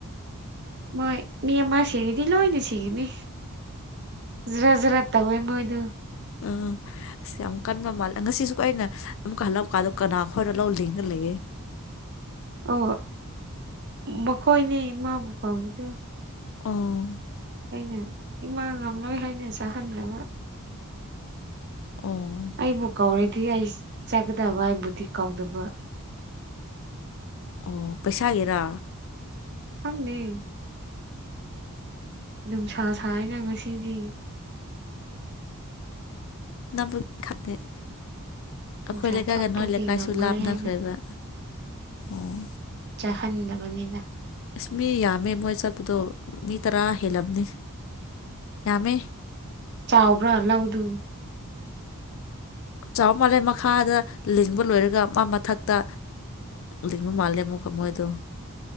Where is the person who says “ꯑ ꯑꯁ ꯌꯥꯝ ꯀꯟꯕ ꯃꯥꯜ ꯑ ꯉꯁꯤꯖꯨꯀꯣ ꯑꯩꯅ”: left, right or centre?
Left